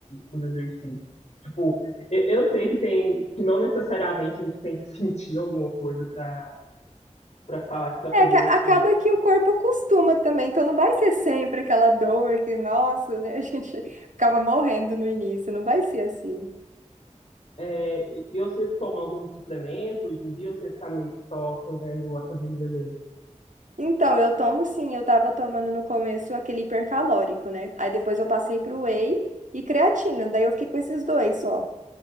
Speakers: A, on the left; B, on the right.
A: os exercícios. Tipo, eu, eu sei que tem, que não necessariamente a gente tem que <laughs> sentir alguma coisa pra, pra falar que tá fazendo
B: É que a-
A: efeito.
B: acaba que o corpo acostuma também, então não vai ser sempre aquela dor que, nossa, né, a gente <laughs> ficava morrendo no início, não vai ser assim.
A: É, e e você toma algum suplemento hoje em dia ou você está meio que só fazendo academia mesmo?
B: Então, eu tomo sim, eu tava tomando no começo aquele hipercalórico, né? Aí depois eu passei pro whey e creatina, daí eu fiquei com esses dois só.